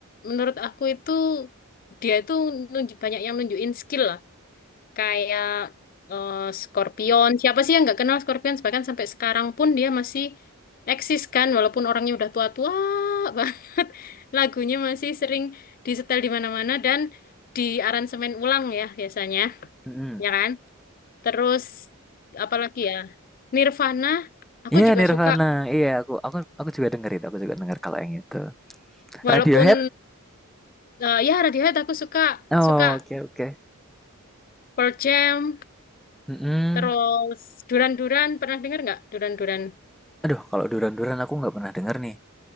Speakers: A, on the left; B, in the centre.
A: menurut aku itu dia itu nunjuk, banyak yang nunjukin skill lah. kayak eh, Scorpion. Siapa sih yang nggak kenal Scorpion? Bahkan sampai sekarang pun dia masih eksis kan, walaupun orangnya udah tua-tua <laughs> banget. Lagunya masih sering disetel di mana-mana dan di aransemen ulang ya biasanya,
B: Mhm.
A: ya kan? Terus apalagi ya? Nirvana, aku
B: Iya
A: juga
B: Nirvana,
A: suka.
B: iya aku aku aku juga denger itu, aku juga denger kalau yang itu.
A: Walaupun
B: Radiohead?
A: eh, ya Radiohead aku suka,
B: Oh,
A: suka
B: oke oke.
A: Pearl Jam,
B: Mm-mm.
A: terus Duran Duran, pernah dengar nggak Duran Duran?
B: Aduh, kalau Duran-Duran aku nggak pernah denger nih.